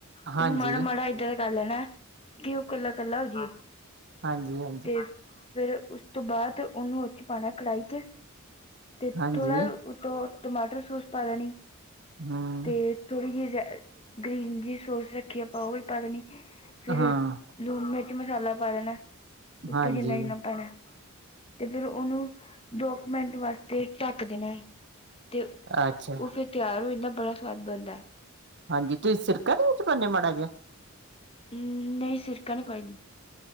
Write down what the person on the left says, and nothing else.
ਉਹਨੂੰ ਮਾੜਾ, ਮਾੜਾ ਏਦਾਂ ਦਾ ਕਰ ਲੈਣਾ ਕਿ ਉਹ ਕੱਲਾ, ਕੱਲਾ ਹੋਜੇ।
ਤੇ ਫਿਰ ਉਸ ਤੋਂ ਬਾਅਦ ਉਹਨੂੰ ਉੱਚ ਪਾਉਣਾ ਕੜਾਹੀ ਚ। ਤੇ
ਥੋੜ੍ਹਾ ਉਤੋਂ ਟਮਾਟਰ ਸੋਸ ਪਾ ਲੈਣੀ
ਤੇ ਥੋੜ੍ਹੀ ਜਿਹੀ ਗ੍ਰੀਨ ਜੀ ਸੋਸ ਰੱਖੀਏ, ਆਪਾਂ ਉਹ ਵੀ ਪਾ ਲੈਣੀ, ਫਿਰ
ਲੂਣ, ਮਿਰਚ, ਮਸਾਲਾ ਪਾ ਲੈਣਾ। ਉੱਤੋਂ
ਜਿੰਨਾ, ਜਿੰਨਾ ਪੈਣਾ ਤੇ ਫਿਰ ਉਹਨੂੰ ਦੋ ਕੁ ਮਿੰਟ ਵਾਸਤੇ ਢੱਕ ਦੇਣਾ ਹੈ ਤੇ
ਉਹ ਫੇਰ ਤਿਆਰ ਹੋ ਜਾਂਦਾ, ਬੜਾ ਸਵਾਦ ਬਣਦਾ।
ਹੂੰ, ਨਹੀਂ ਸਿਰਕਾ ਨਹੀਂ ਪਾਈ ਦਾ।